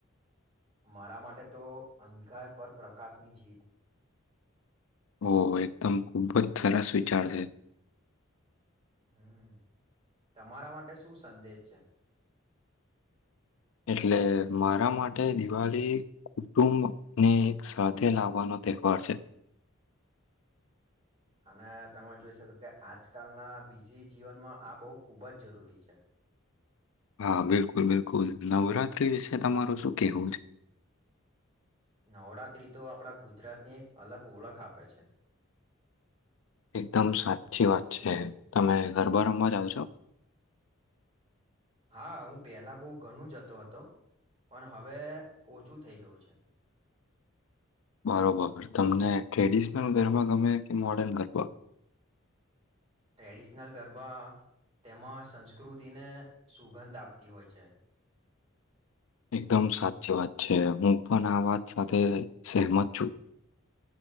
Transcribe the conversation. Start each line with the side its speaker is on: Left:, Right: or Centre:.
Right: મારા માટે તો અંધકાર પર પ્રકાશની જીત.
Left: ઓ એકદમ ખૂબ જ સરસ વિચાર છે.
Right: હમ, તમારા માટે શું સંદેશ છે?
Left: એટલે મારા માટે દિવાલી કુટુંબ ને એક સાથે લાવવાનો દેખવાડ છે.
Right: અને તમે જોઈ શકો કે, આજકાલના બીજી જીવનમાં આ બહુ ખૂબ જ જરૂરી છે.
Left: હા, બિલકુલ બિલકુલ. નવરાત્રી વિશે તમારું શું કહેવું છે?
Right: નવરાત્રી તો આપડા ગુજરાતની એક અલગ ઓળખ આપે છે.
Left: એકદમ સાચી વાત છે. તમે ગરબા રમવા જાઓ છો? <unintelligible>
Right: હા, હું પહેલા બહુ ઘનું જતો હતો. પણ હવે ઓછું થઈ ગયું છે.
Left: <unintelligible> બરોબર. તમને ટ્રેડિશનલ ગરબા ગમે કે મોર્ડન ગરબા. <unintelligible>
Right: ટ્રેડિશનલ ગરબા તેમાં સંસ્કૃતિને સુગંધ આપતી હોય છે.
Left: એકદમ સાચી વાત છે. હું પન આ વાત સાથે સેહમત છું.